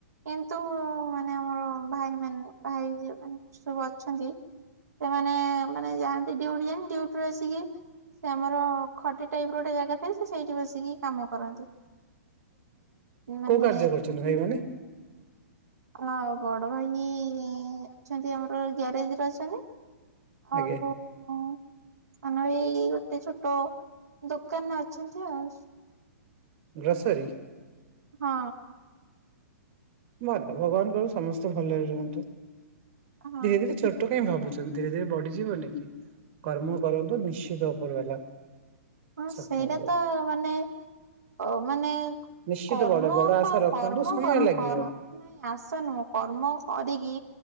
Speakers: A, on the right; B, on the right.
A: କିନ୍ତୁ ମାନେ ଆମର ଭାଇ ମାନ ଭାଇ ମାନେ ସବୁ ଅଛନ୍ତି ସେମାନେ ମାନେ ଯାଆନ୍ତି <inaudible> ଯା ଡଟିୁ ଆସିକି ସେ ଆମର ଖଟି ଟାଇପ ର ଗୋଟେ ଜାଗା ଥାଏ ସେ ସେଇଠି ବସିକି କାମ କରନ୍ତି। ମାନେ
B: କୋଉ କାର୍ଯ୍ୟ କରୁଛନ୍ତି ଭାଇମାନେ?
A: ହଁ ବଡ ଭାଇ ଅଛନ୍ତି ଆମର ଗ୍ୟାରେଜ ରେ ଅଛନ୍ତି। <unintelligible>
B: ଆଜ୍ଞା
A: <inaudible> ଏଇ ଗୋଟେ ଛୋଟ ଦୋକାନରେ ଅଛନ୍ତି ଆଉ।
B: ଗ୍ରୋସରି?
A: ହଁ।
B: ଭଲ ଭଗବାନଙ୍କ ସମସ୍ତେ ଭଲରେ ରୁହନ୍ତୁ
A: ହଁ
B: ଧୀରେ ଧୀରେ ଛୋଟ କାଇହିଁ ଭାବୁଛନ୍ତି ଧୀରେ ଧୀରେ ବଢିଯିବନି କର୍ମ କରନ୍ତୁ ନିଶ୍ଚିତ ଉପର ବାଲା
A: ହଁ
B: ସକ୍ଷମ
A: ସେଇଟା
B: ଦେବେ।
A: ତ ମାନେ ଅ ମାନେ
B: ନିଶ୍ଚିତ
A: କର୍ମ
B: ବଡ ବଡ
A: କ
B: ଆଶା ରଖନ୍ତୁ
A: କର୍ମ
B: ସମୟ
A: କର
B: ଲାଗିବ
A: କର୍ମ ଆଶା ନୁହଁ କର୍ମ କରିକି